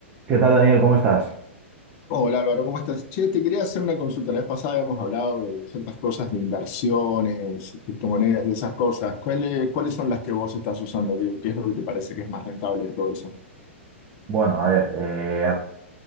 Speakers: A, on the right; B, on the left.
A: ¿Qué tal, Daniel? ¿Cómo estás?
B: Hola Álvaro, ¿cómo estás? Che, te quería hacer una consulta. La vez pasada habíamos hablado de ciertas cosas de inversiones, criptomonedas y esas cosas. ¿Cuáles, cuáles son las que vos estás usando? ¿Qué, qué es lo que te parece que es más rentable de todo eso?
A: Bueno, a ver, eh, a-